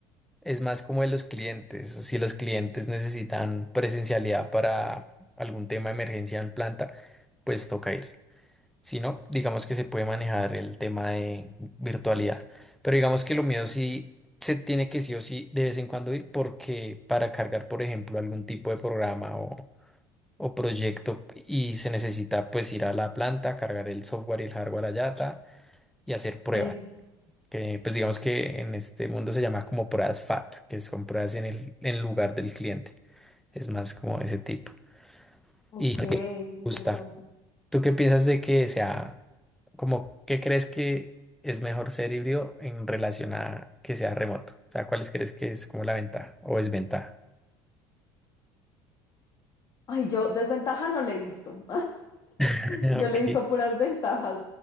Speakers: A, in the centre; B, on the left.
A: es más como de los clientes, si los clientes necesitan presencialidad para algún tema de emergencia en planta, pues toca ir. Si no, digamos que se puede manejar el tema de virtualidad, pero digamos que lo mío sí se tiene que sí o sí de vez en cuando ir porque para cargar, por ejemplo, algún tipo de programa o proyecto y se necesita pues ir a la planta, cargar el software y el hardware allá ta, y hacer pruebas.
B: Sí.
A: Que pues digamos que en este mundo se llama como pruebas FAT, que son pruebas en el en lugar del cliente. Es más como ese tipo.
B: Ok,
A: Y me
B: interesante.
A: gusta. ¿Tú qué piensas de que sea como qué crees que es mejor ser híbrido en relación a que sea remoto? O sea, ¿cuáles crees que es como la ventaja o desventaja?
B: Ay, yo desventaja no le he visto.
A: <laughs>
B: Yo
A: Ok.
B: le hizo puras ventajas,